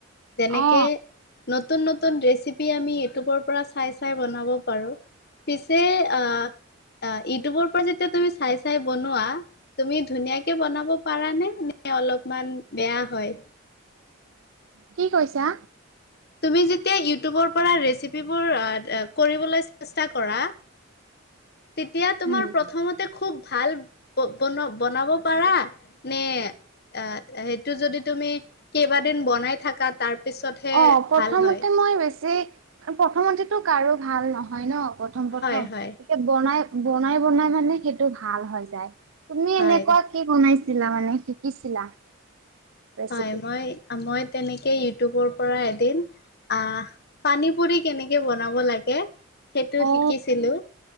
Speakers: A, on the left; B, on the right.
A: যেনেকেত
B: অ
A: নত নতুন নতুন ৰেচিপি আমি ইউটিউবৰ পৰা চাই চাই বনাব পাৰো পিছ যে আহ আ ইউটিউবৰ পৰা যে তুমি চাই চাই বনোৱা তুমি ধুনিয়া কে বনাব পাৰা নে নে অলপমান বেয়া হয়।
B: কি কৈছা?
A: তুমি যেতিয়া ইউটিউবৰ পৰা ৰেচিপিবোৰ কৰিবলৈ চেষ্টা কৰা তেতিয়া তোমাৰ
B: উম
A: প্ৰথমতে খুব ভাল বন বনাব পাৰা নে? আহ সেইটো যদি তুমি কেইবাদিন বনাই থাকা তাৰ পিছতহে
B: অ প্ৰথমতে
A: ভাল হয়।
B: মই বেছি প্ৰথমমেতো কাৰো ভাল নহয় ন। প্ৰথম প্ৰথম
A: হয় হয়
B: এতিয়া বনাই বনাই বনাই মানে সেইটো ভাল হৈ যায়। তুমি
A: হয়
B: এনেকুৱা কি বনাইছিলা মানে শিকিছিলা? ৰেচিপি
A: হয় মই মই তেনেকে ইউটিউবৰ পৰা এদিন। আহ পানী পুৰি কেনেকে বনাব লাগে। সেইটো
B: অ
A: শিকিছিলো।